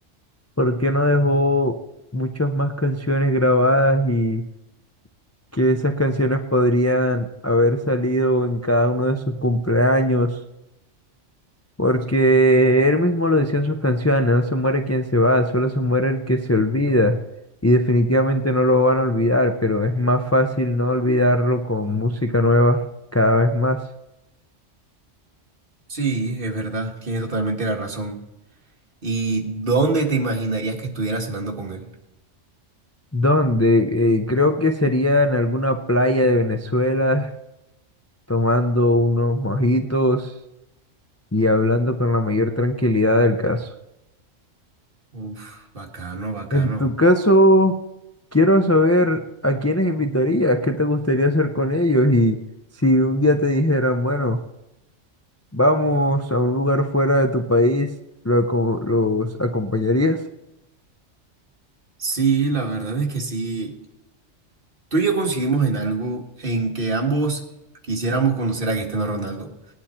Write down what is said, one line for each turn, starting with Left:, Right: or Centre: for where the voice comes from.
Left: por qué no dejó muchas más canciones grabadas y que esas canciones podrían haber salido en cada uno de sus cumpleaños Porque él mismo lo decía en sus canciones, no se muere quien se va, solo se muere el que se olvida. Y definitivamente no lo van a olvidar, pero es más fácil no olvidarlo con música nueva cada vez más.
Right: Sí, es verdad, tienes totalmente la razón. ¿Y dónde te imaginarías que estuviera cenando con él?
Left: Donde eh, creo que sería en alguna playa de Venezuela, tomando unos mojitos y hablando con la mayor tranquilidad del caso.
Right: Uf, bacano, bacano.
Left: En tu caso, quiero saber a quiénes invitarías, qué te gustaría hacer con ellos y si un día te dijeran, bueno, vamos a un lugar fuera de tu país, ¿lo aco- ¿los acompañarías?
Right: Sí, la verdad es que sí. Tú y yo coincidimos en algo en que ambos quisiéramos conocer a Cristiano Ronaldo.